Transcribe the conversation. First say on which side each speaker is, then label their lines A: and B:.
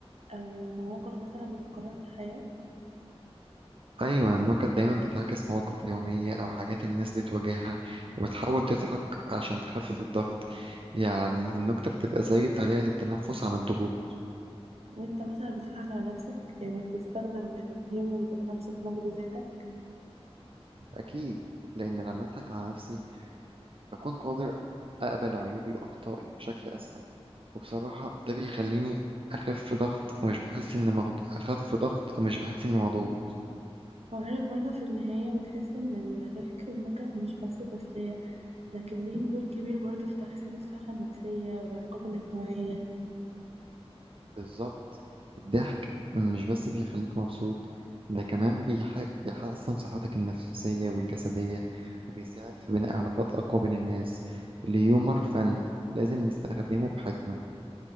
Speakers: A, on the right; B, on the right.
A: أو مواقف مثلا بتتكرر في الحياة
B: أيوة النكت دايما بتعكس مواقف يومية أو حاجات الناس بتواجهها وبتحاول تضحك عشان تخفف الضغط يعني النكتة بتبقى زي طريقة للتنفس عن الضغوط
A: وانت مثلا بتضحك على نفسك يعني بتستخدم الهيومر ذات نفسه في نقد ذاتك
B: أكيد لأن لما أضحك على نفسي بكون قادر أقبل عيوبي وأخطائي بشكل أسهل وبصراحة ده بيخليني أخف ضغط ومش بحس إني مغض... أخف ضغط ومش بحس إني مضغوط
A: وعارف برضو في النهاية بتحس إن الضحك والنكت مش بس تسلية لكن ليهم دور كبير برضو في تحسين الصحة النفسية والعلاقات الاجتماعية
B: بالظبط الضحك مش بس بيخليك مبسوط ده كمان بيح... بيحسن صحتك النفسية والجسدية وبيساعد في بناء علاقات أقوى بين الناس الهيومر فن لازم نستخدمه بحكمة